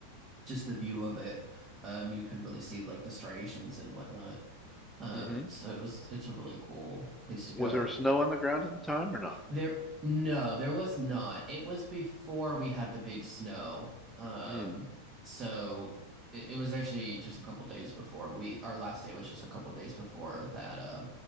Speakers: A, on the right; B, in the centre.
A: just the view of it, um, you can really see like the striations and whatnot. Uh,
B: hmm
A: so it was, it's a really cool place to go.
B: Was there snow on the ground at the time or not?
A: There, no, there was not. It was before we had the big snow. Um,
B: Mm.
A: so it, it was actually just a couple days before we, our last day was just a couple days before that, uh,